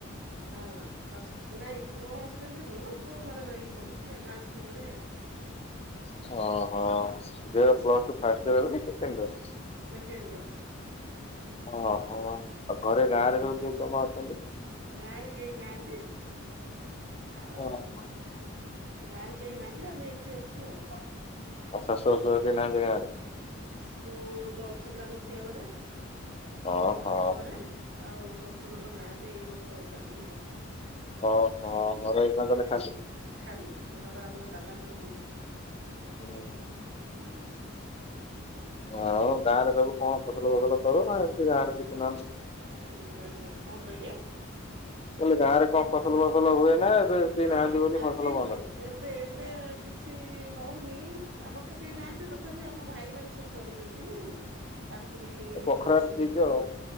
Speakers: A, on the right; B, on the left.
A: ହଁ ନାଇଁ ପୁଅ ହଷ୍ଟେଲରେ ନୁହଁ, ପୁଅ ଘରେ ରହିକି ପଢୁଛି ଗାଁ ସ୍କୁଲ ରେ
B: ଓହୋ।
A: ସେକେଣ୍ଡ ଇୟର
B: ଓହୋ ଆଉ ଘରେ ଗାଁ ରେ ସଉ କେ ସମୟ ଅଛନ୍ତି?
A: ଗାଁ ରେ କେହି ନାହାନ୍ତି, ଆଉ
B: ଓହୋ।
A: ଗାଁରେ କେହି ନାହାନ୍ତି, ଆମେ ଏଇଠି ଅଛୁ ଆଉ।
B: ଶଶୁ, <unintelligible> କେହି ନାହାନ୍ତି ଗାଁ ରେ?
A: ତୁ ତ ଅଛନ୍ତି ତାଙ୍କ ଝିଅ ଘରେ, ଆମ
B: ଓହୋ
A: ନଣମାଙ୍କ ଘରେ ଆଉ ଶ୍ୱଶୁର ତ ନାହାନ୍ତି, ଏଇ ବର୍ଷ ଚାଲିଗଲେ
B: ଓଁ ହଁ ଘରେ ହେଇ ଗଲେ
A: ଖାଲି ଘର ଆମର ତାଲା ପଡିଛି।
B: ହୁଁ
A: ହୁଁ।
B: ହ ଆ ଗାଁ ରେ ସବୁ କଣ ଫସଲ ଫସଲ କର ନା ଏମିତି ଗାଁରେ କିଛି ନହେଲେ
A: ଉଁ ରହିଥା କଣ କହିଲେ?
B: ହେଲେ ଗାଁ ରେ କଣ ଫସଲ ଫସଲ ହୁଏ? ନା ଏବେ କେହି
A: ହଁ
B: ନାହାନ୍ତି ବୋଲି
A: ଆଗେ
B: ଫସଲ ବନ୍ଦ?
A: ହୁଏ, ଏବେ ଏବେ କିଛି ହଉନି। ଆମର ତ କେହି ନାହାନ୍ତି, ତଥାପି ଆମ ଭାଇ ମାନ ସବୁ କରିଛନ୍ତି ତାକୁ କଡି
B: ବଖରାରେ
A: କରିଛନ୍ତି,
B: ଦେଇଚ ଆଉ।